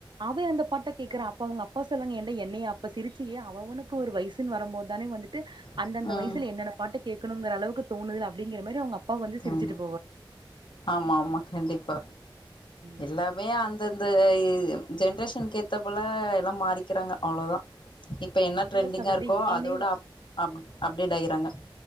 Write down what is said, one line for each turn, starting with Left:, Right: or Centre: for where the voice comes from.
Right: அவே அந்த பாட்ட கேடக்குற அப்ப அவங்க அப்பா சொல்லுங்க ஏன்டா என்ன அப்ப சிரிச்சியே அவ அவனுக்கு ஒரு வயசுனு வரும்போது தானே வந்துட்டு அந்தந்த
Left: ம்
Right: வயசுல என்ன என்ன பாட்டு கேக்கணுங் அளவுக்கு தோணுது அப்புடிங்க மாரி அவங்க அப்பா வந்து சிரிச்சுட்டு
Left: ம் ஆமா ஆமா கண்டிப்பா
Right: ம்
Left: எல்லாமே அந்தந்த ஜென்ரேஷனுக்கு ஏத்த போல எல்லா மாறிக்கிறாங்க அவ்ளோதான் இப்போ என்ன
Right: அப்டி
Left: ட்ரெண்டிங்கா
Right: இல்ல சகோதரி
Left: இருக்கோ
Right: எதையுமே
Left: அதோட
Right: வ-
Left: அப் அப் அப்டேட் ஆய்கிறாங்க